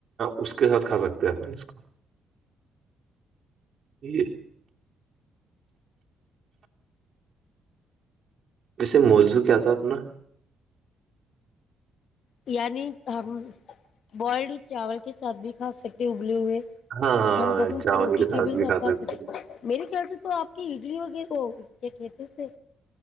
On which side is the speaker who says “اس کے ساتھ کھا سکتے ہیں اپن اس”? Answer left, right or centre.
Right